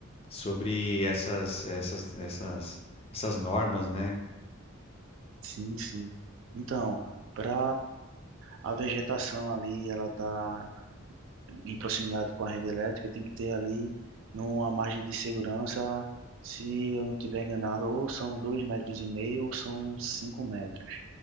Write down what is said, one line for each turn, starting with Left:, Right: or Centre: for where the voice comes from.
Left: sobre essas, essas, essas, essas normas, né?
Right: sim, sim. Então, para a vegetação ali, ela tá em proximidade com a rede elétrica, tem que ter ali numa margem de segurança, se eu não tiver enganado, ou são dois metros e meio ou são cinco metros.